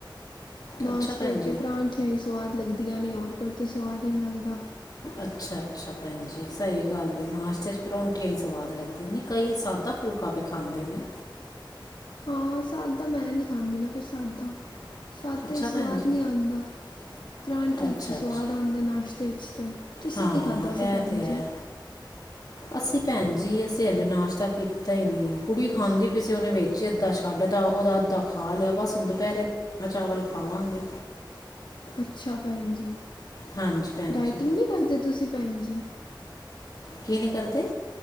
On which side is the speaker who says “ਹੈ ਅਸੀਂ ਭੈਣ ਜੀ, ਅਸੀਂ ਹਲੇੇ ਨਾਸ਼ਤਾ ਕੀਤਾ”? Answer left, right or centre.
Left